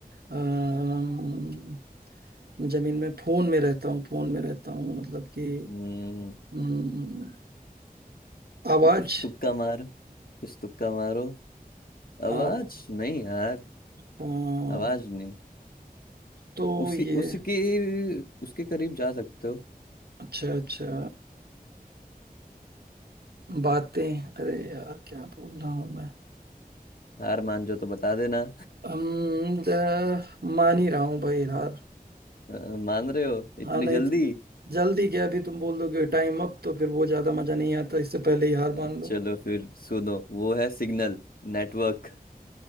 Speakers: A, on the right; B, on the left.
A: अम्म, जमीन में फोन में रहता हूँ फोन में रहता हूँ मतलब कि
B: हम्म,
A: हम्म, आवाज
B: कुछ तुक्का मार कुछ तुक्का मारो
A: आव,
B: आवाज नहीं यार
A: अ,
B: आवाज नहीं
A: तो
B: उसी
A: ये
B: उसके उसके करीब जा सकते हो
A: अच्छा अच्छा बातें अरे यार क्या बोल रहा हूँ मैं
B: हार मान जो तो बता देना
A: हम द- मान ही रहा हूँ भाई यार
B: अ, मान रहे हो
A: हाँ
B: इतनी
A: नहीं
B: जल्दी
A: तो जल्दी क्या अभी तुम बोल दोगे टाइम अप तो फिर वो ज्यादा मजा नहीं आता इससे पहले ही
B: अ,
A: हार मान लो
B: चलो फिर सुनो वो है सिग्नल नेटवर्क